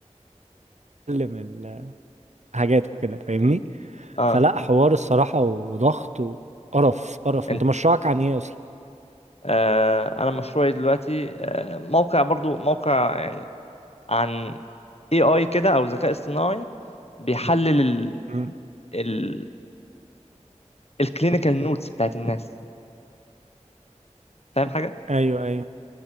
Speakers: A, on the right; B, on the left.
A: الحاجات وكده فاهمني
B: اه
A: فلا حوار الصراحه وضغط وقرف قرف
B: انت
A: انت مشروعك عن ايه اصلا
B: آه انا مشروعي دلوقتي آه موقع برضو موقع يعني عن اي اي كده او ذكاء اصطناعي بيحلل ال
A: مم.
B: ال الكلينيكال نوتس بتاعت الناس فاهم حاجة
A: ايوه ايوه